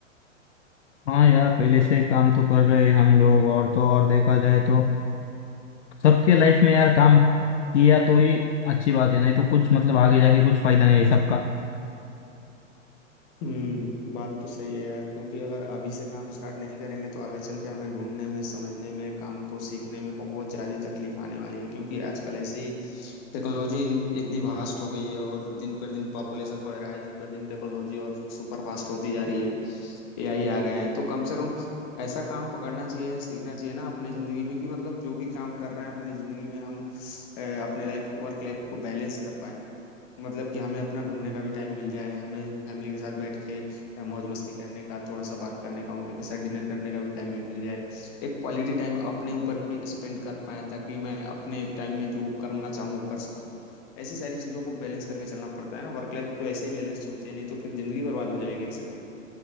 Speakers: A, on the left (about 65°); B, on the left (about 35°).
A: हाँ यार पहले से काम तो कर रहे हैं हम लोग और तो और देखा जाए तो सबके लाइफ में यार काम किया तो ही अच्छी बात है नहीं तो कुछ मतलब आगे जाके कुछ फायदा नहीं है सबका
B: हम्म बात तो सही है यार क्योंकि अगर अभी से काम स्टार्ट नहीं करेंगे तो आगे चल के हमें ढूंढने में समझने में काम को सीखने में बहुत ज़्यादा तकलीफ आने वाली है क्योंकि आजकल ऐसे ही टेक्नोलॉजी इन- इतनी वास्ट हो गई है और दिन पर दिन पॉपुलेशन बढ़ रहा है दिन पर दिन टेक्नोलॉजी और सुपर फास्ट होती जा रही है एआई आ गए हैं तो कम से कम ऐसा काम पकड़ना चाहिए या सीखना चाहिए ना अपने ज़िंदगी में कि मतलब जो भी काम कर रहे हैं अपने ज़िंदगी में हम अ, अपने लाइफ वर्क लाइफ को बैलेंस कर पाए मतलब कि हमें अपना घूमने का भी टाइम मिल जाए हमें फैमिली के साथ बैठ के अ, मौज मस्ती करने का थोड़ा सा बात करने का उनके साथ डिनर करने का भी टाइम मिल जाए एक क्वालिटी टाइम अपने ऊपर भी स्पेंड कर पाए ताकि मैं अपने टाइम में जो करना चाहूँ वो कर सकूँ ऐसी सारी चीज़ों को बैलेंस करके चलना पड़ता है ना वर्क लाइफ तो ऐसे ही बैलेंस होती है नहीं तो फिर जिंदगी बर्बाद हो जाएगी ऐसे तो